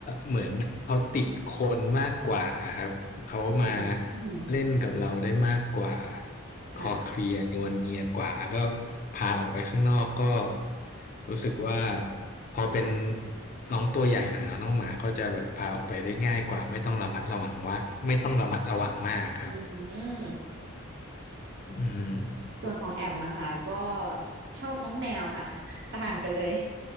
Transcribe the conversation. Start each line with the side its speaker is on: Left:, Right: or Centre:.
Left: เหมือนเขาติดคนมากกว่าครับเขามา
Right: อืมอืม
Left: เล่นกับเราได้มากกว่าคอเคลียร์นวลเนียกว่าก็
Right: ค่ะ
Left: พาออกไปข้างนอกก็รู้สึกว่าพอเป็นน้องตัวใหญ่หน่อยเนาะน้องหมาก็จะแบบพาออกไปได้ง่ายกว่าไม่ต้องระมัดระวังว่าไม่ต้องระมัดระวังมากครับ
Right: อืมอืม
Left: อืม
Right: ส่วนของแอมนะคะก็ชอบน้องแมวค่ะ <laughs> ต่างกันเลย